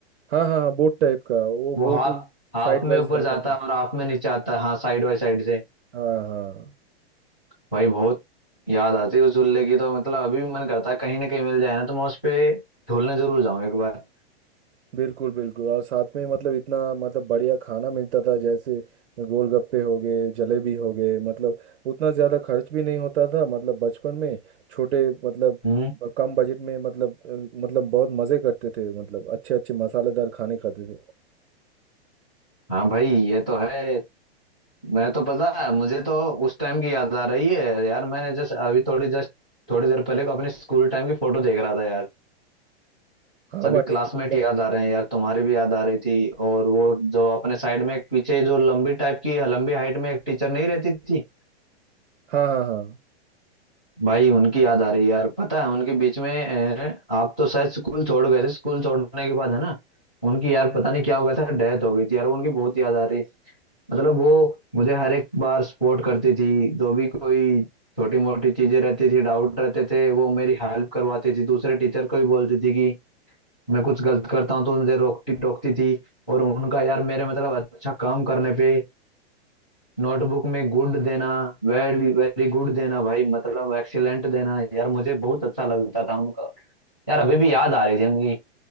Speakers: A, on the right; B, in the centre.
A: हाँ हाँ हाँ बोट टाइप का वो
B: वो
A: बोट
B: हाफ हाफ
A: साइड
B: में
A: वाइज
B: ऊपर
A: जाता
B: जाता
A: था
B: है और हाफ में नीचे आता है हाँ साइड बाई साइड से
A: हाँ हाँ
B: भाई बहुत याद आती है उस झूले की तो मतलब अभी भी मन करता है कहीं ना कहीं मिल जाए ना तो मैं उस पे झूलने जरूर जाऊँ एक बार
A: बिल्कुल बिल्कुल और साथ में मतलब इतना मतलब बढ़िया खाना मिलता था जैसे गोलगप्पे हो गए जलेबी हो गए मतलब उतना ज़्यादा खर्च भी नहीं होता था मतलब बचपन में छोटे मतलब
B: हम्म
A: ब- कम बजट में मतलब अ, मतलब बहुत मज़े करते थे मतलब अच्छे अच्छे मसालेदार खाने खाते थे
B: हाँ भाई ये तो है मैं तो पता है मुझे तो उस टाइम की याद आ रही है यार मैंने जस्ट अभी थोड़ी जस्ट थोड़ी देर पहले को अपने स्कूल टाइम की फोटो देख रहा था यार
A: हाँ
B: सभी
A: भाई
B: क्लासमेट
A: स्कूल लाइफ
B: याद आ रहे हैं यार तुम्हारी भी याद आ रही थी और वो जो अपने साइड में एक पीछे जो लंबी टाइप की लंबी हाइट में एक टीचर नहीं रहती थी
A: हाँ हाँ हाँ
B: भाई उनकी याद आ रही है यार पता है उनके बीच में अ, आप तो शायद स्कूल छोड़ गए थे स्कूल छोड़ने के बाद है ना उनकी यार पता नहीं क्या हो गया था डेथ हो गई थी यार उनकी बहुत याद आ रही है मतलब वो मुझे हर एक बार सपोर्ट करती थी जो भी कोई छोटी मोटी चीजें रहती थी डाउट रहते थे वो मेरी हेल्प करवाती थी दूसरे टीचर को भी बोलती थी कि मैं कुछ गलत करता हूँ तो मुझे रोकती टोकती थी और उनका यार मेरे मतलब अच्छा काम करने पे नोटबुक में गुड देना वेरी वेरी गुड देना भाई मतलब एक्सीलेंट देना यार मुझे बहुत अच्छा लगता था उनका यार अभी भी याद आ रही थी उनकी